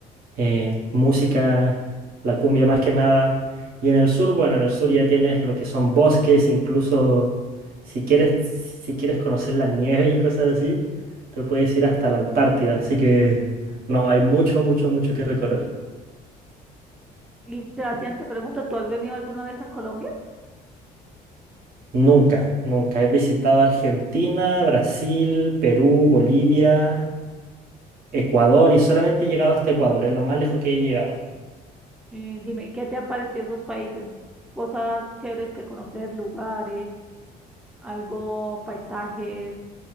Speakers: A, on the right; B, in the centre.
A: eh, música, la cumbia más que nada. Y en el sur, bueno, en el sur ya tienes lo que son bosques, incluso si quieres, si quieres conocer la nieve y cosas así, te puedes ir hasta la Antártida, así que no, hay mucho, mucho, mucho que recorrer.
B: Y Sebastián, te pregunto, ¿tú has venido alguna vez a Colombia?
A: Nunca, nunca. He visitado Argentina, Brasil, Perú, Bolivia, Ecuador y solamente he llegado hasta Ecuador, es lo más lejos que he llegado.
B: Y dime, ¿qué te han parecido esos países? Cosas chéveres que conocer, lugares, algo, paisajes,